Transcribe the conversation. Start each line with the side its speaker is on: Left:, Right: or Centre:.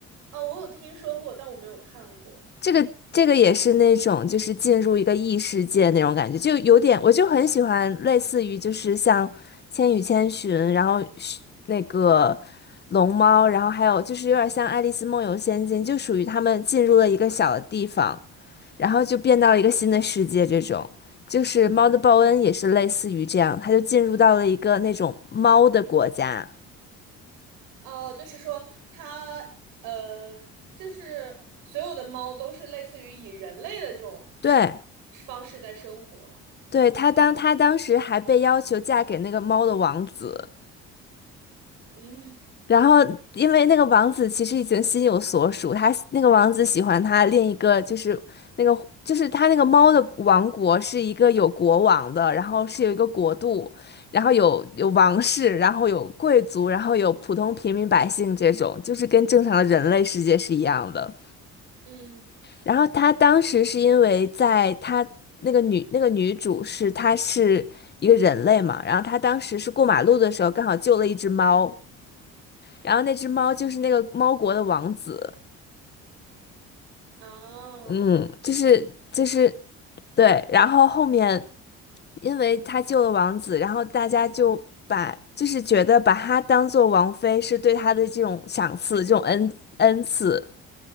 Right: 啊，我有听说过，但我没有看过。
Left: 这个这个也是那种就是进入一个异世界那种感觉，就有点我就很喜欢类似于就是像《千与千寻》，然后是那个龙猫，然后还有就是有点像《爱丽丝梦游仙境》，就属于他们进入了一个小的地方，然后就变到了一个新的世界这种。就是猫的报恩也是类似于这样，他就进入到了一个那种猫的国家。
Right: 哦，就是说它，呃，就是所有的猫都是类似于以人类的这种
Left: 对，
Right: 方式在生活嘛。
Left: 对，他当他当时还被要求嫁给那个猫的王子。
Right: 嗯
Left: 然后，因为那个王子其实已经心有所属，他那个王子喜欢他另一个，就是那个就是他那个猫的王国是一个有国王的，然后是有一个国度，然后有有王室，然后有贵族，然后有普通平民百姓这种，就是跟正常的人类世界是一样的。
Right: 嗯，
Left: 然后他当时是因为在他那个女那个女主是她是一个人类嘛，然后她当时是过马路的时候刚好救了一只猫。然后那只猫就是那个猫国的王子，
Right: 啊
Left: 嗯，就是就是对，然后后面因为他救了王子，然后大家就把就是觉得把他当做王妃是对他的这种赏赐，这种恩恩赐，